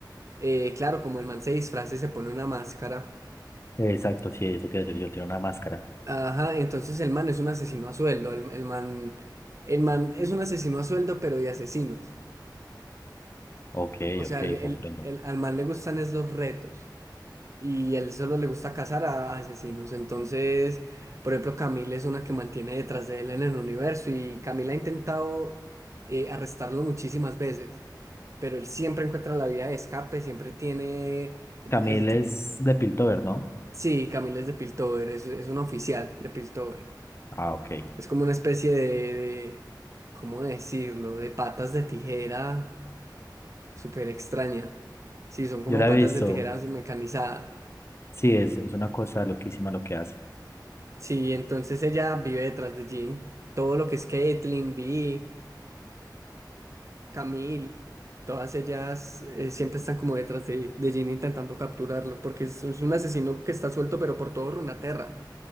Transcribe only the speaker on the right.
eh, claro, como el man se disfraza y se pone una máscara,
ajá, entonces el man es un asesino a sueldo, el, el man, el man es un asesino a sueldo, pero de asesinos.
O sea,
el, el-
el- al man le gustan es los retos. y él solo le gusta cazar a a asesinos. Entonces, por ejemplo, Camila es una que mantiene detrás de él en el universo y Camila ha intentado eh, arrestarlo muchísimas veces, pero él siempre encuentra la vía de escape, siempre tiene el...
el ti-
sí, Camila es de Piltover, es, es una oficial de Piltover.
Es como una especie de, de- ¿cómo decirlo? De patas de tijera súper extraña. Sí, son como
patas
de tijeras mecanizadas.
Sí, entonces ella vive detrás de Jean. Todo lo que es Caitlyn, Vi, Camille, todas ellas eh, siempre están como detrás de, de Jean intentando capturarlo, porque es, es un asesino que está suelto, pero por todo Runaterra.